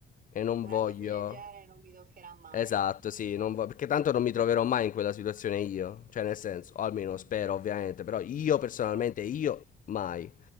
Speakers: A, on the left; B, on the right.
A: e non
B: Una
A: voglio...
B: cosa del genere non mi toccherà mai,
A: Esatto,
B: diciamo.
A: sì, non vo- perché tanto non mi troverò mai in quella situazione io, cioè nel senso, o almeno spero ovviamente, però io personalmente,
B: Esatto.
A: io mai.